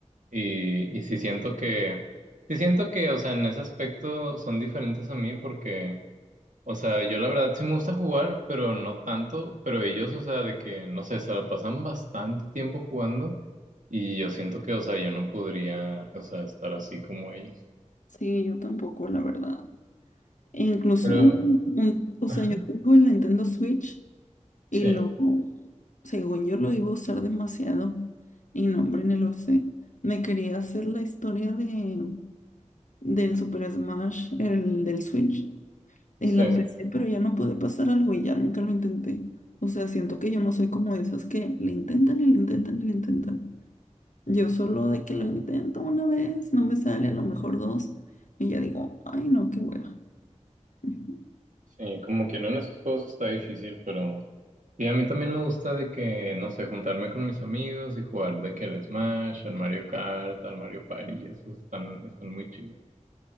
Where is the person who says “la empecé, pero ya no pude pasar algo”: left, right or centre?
Left